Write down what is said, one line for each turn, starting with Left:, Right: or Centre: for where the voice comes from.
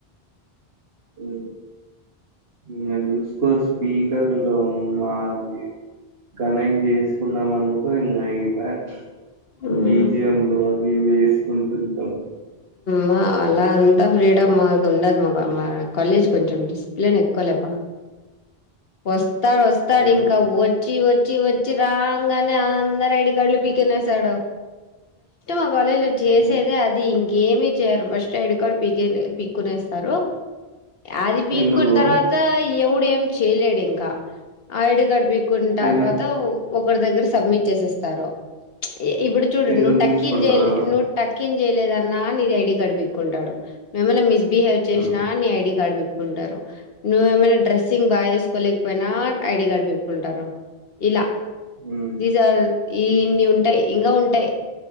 Left: <inaudible>
Right: ఉమ్ ఇంగ చూసుకో స్పీకర్ లో మాది కనెక్ట్ చేసుకున్నాం అనుకో ఇంగా అయిపాయ్
Left: ఉమ్.
Right: బిజియం లు అవి ఇవి వేసుకుంటుంటాం
Left: మా అలా అంతా ఫ్రీడమ్ మాకు ఉండదు మాకు మా కాలేజ్ కొంచెం డిసిప్లిన్ ఎక్కువ లెప్ప వస్తాడు వస్తాడు
Right: ఉమ్
Left: ఇంకా వచ్చి వచ్చి వచ్చి వచ్చిరాంగనే అందరీ ఐడి కార్డులు పిక్కొని వస్తాడు మా కాలేజ్ లో చేసేదే
Right: ఉమ్
Left: ఆది ఇంకేమి చేయరు ఫస్ట్ ఐడి కార్డ్ పీకేనే పీకునేస్తారు అది పీక్కున్న
Right: ఎందుకు
Left: తర్వాత ఎవడు ఏమి చేయలేడు ఇంకా ఆ ఐడి కార్డ్ పీకు కుంట తర్వాత
Right: ఎందు
Left: ఒకరి దగ్గర సబ్మిట్ చేసేస్తారు ఇప్పుడు చూడు
Right: ఎందుకు
Left: నూవ్ టాకిన్
Right: తీసుకుంటారు
Left: నువ్వు టకిన్ చేయలేదన్నా నీది ఐడి కార్డు పికుంటాడు నువ్వు ఏమైన్నా మిస్బిహేవ్ చేసినా
Right: ఉమ్
Left: నీ ఐడి కార్డ్ పి టారు నువ్ ఏమైనా డ్రస్సింగ్ బాగా వేసుకోలేకపోయినా ఐడి కార్డ్ పీక్కుంటారు ఇలా
Right: ఉమ్
Left: నిజాలు ఇన్ని ఉంటాయి ఇంగ ఉంటాయి